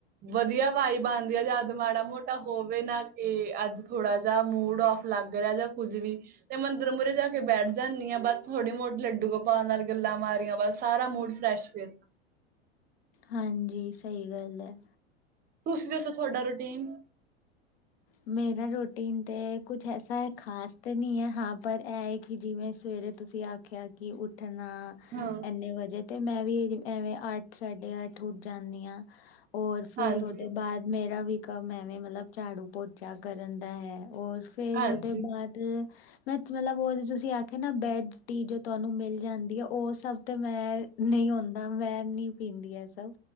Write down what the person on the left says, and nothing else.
ਹਾਂਜੀ, ਸਹੀ ਗੱਲ ਹੈ।
ਮੇਰਾ ਰੋਟੀਨ ਤੇ ਕੁੱਛ ਐਸਾ ਹੈ, ਖ਼ਾਸ ਤੇ ਨਹੀਂ ਹੈ ਹਾਂ, ਪਰ ਏ ਹੈ ਕਿ ਜਿਵੇਂ ਸਵੇਰੇ ਤੁਸੀਂ ਆਖ ਖਿਆ, ਕੇ ਉੱਠਣਾ
ਏਨੇ ਵਜੇ ਤੇ ਮੈਂ ਵੀ ਐਵੇਂ ਅੱਠ, ਸਾਡੇ ਅੱਠ ਉੱਠ ਜਾਂਨੀ ਆਂ। ਔਰ ਫੇਰ,
ਓਹਦੇ ਬਾਦ ਮੇਰਾ ਵੀ ਕੰਮ ਐਵੇਂ, ਮਤਲਬ ਝਾੜੂ ਪੋ ਚਾ ਕਰਨ ਦਾ ਹੈ, ਔਰ ਫੇਰ
ਓਦੇ ਬਾਅਦ ਮਤਲਬ, ਓ ਜੋ ਤੁਸੀਂ ਆਖਿਆ ਨਾ, ਬੈਡ-ਟੀ ਜੋ ਤੁਹਾਨੂੰ ਮਿਲ ਜਾਂਦੀ ਹੈ, ਓ ਸਭ ਤੇ ਮੈਂ ਨਹੀਂ ਆਉਦਾ, ਮੈਂ ਨਹੀਂ ਪੀਂਦੀ ਐ, ਸਭ